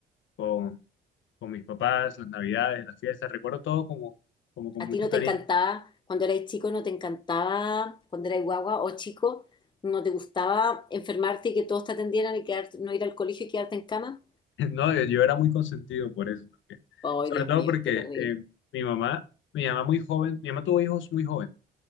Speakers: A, on the left (about 75°); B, on the left (about 25°).
A: con con mis papás, las navidades, las fiestas. Recuerdo todo como, como con
B: ¿A
A: mucho
B: ti no
A: cariño.
B: te encantaba, cuando erais chico, no te encantaba, cuando erais guagua o chico, no te gustaba enfermarte y que todos te atendieran y quedarte- no ir al colegio y quedarte en cama?
A: <laughs> No, yo, yo era muy consentido por eso también.
B: Ay,
A: Sobre
B: Dios
A: todo
B: mío,
A: porque
B: qué terrible.
A: eh, mi mamá, mi mamá muy joven, mi mamá tuvo hijos muy joven,